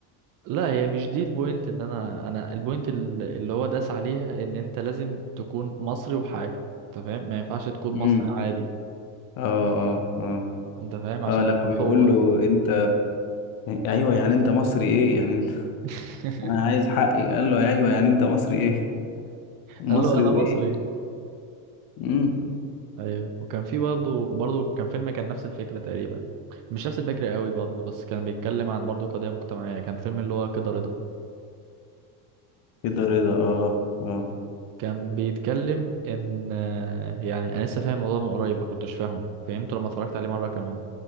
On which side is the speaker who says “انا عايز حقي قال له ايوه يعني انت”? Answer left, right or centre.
Left